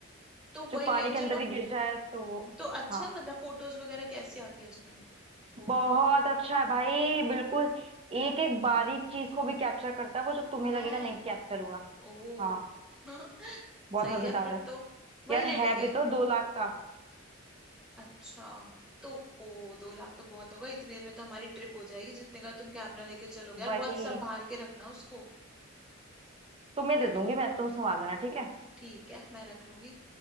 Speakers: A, in the centre; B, on the right.
A: तो
B: जो
A: वही
B: पानी
A: ले
B: के अंदर
A: चलो
B: भी गिर जाए तो वो-
A: तो अच्छा
B: हाँ
A: है, मतलब फोटोज वगैरह कैसी आती है उसमें
B: बहुत अच्छा है भाई बिल्कुल एक एक बारीक चीज को भी कैप्चर करता है वो जो तुम्हें
A: है
B: लगेगा नहीं कैप्चर हुआ
A: ओ
B: हाँ
A: <laughs>
B: बहुत
A: सही
B: मजेदार
A: है फिर
B: है
A: तो वही
B: यार
A: ले लेंगे
B: है भी तो दो लाख का
A: अच्छा तो ओ दो लाख तो बहुत होगा इतने में तो हमारी ट्रिप हो जाएगी जितने का तुम कैमरा लेके चलोगे यार
B: वही
A: बहुत संभाल के रखना उसको
B: तुम्हें दे दूंगी मैं तुम संभाल लेना ठीक है
A: ठीक है मैं रख लूंगी